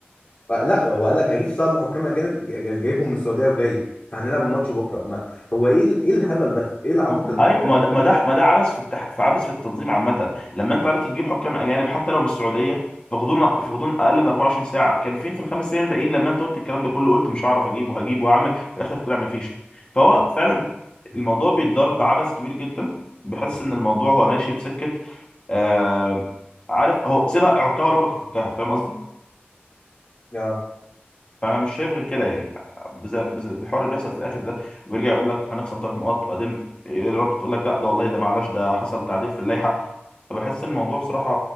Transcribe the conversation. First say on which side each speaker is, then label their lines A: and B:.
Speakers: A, on the left (about 45°); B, on the left (about 25°).
A: آه، لا هو قال لك هجيب طقم حكام اجانب ج- ج- جايبهم من السعوديه وجاي فهنلعب الماتش بكره ما هو ايه ال- ايه الهبل ده ايه العبط
B: م-
A: اللي
B: ايوه
A: انتوا بتعملوه
B: ما ده
A: ده
B: ما ده ما ده عبث في التح... في عبث في التنظيم عامه لما انت عرفت تجيب حكام اجانب حتى لو من السعوديه في غضون في غضون اقل من 24 ساعه كان فين في الخمس سنين الباقيين لما انت قلت الكلام ده كله قلت مش هعرف اجيب وهجيب وهعمل في الاخر طلع ما فيش فهو فعلا الموضوع بيتضرب بعبث كبير جدا بحس ان الموضوع هو ماشي في سكه آه... عارف هو سيبها عكها وربك يفكها فاهم قصدي؟
A: اه
B: فانا مش شايف غير كده يعني بز- بز- بحوار اللي بيحصل في الاخر ده ويرجع يقول لك هنخصم ثلاث نقاط بعدين رابط تقول لك لا ده والله ده معلش ده حصل تعديل في اللائحه فبحس الموضوع بصراحه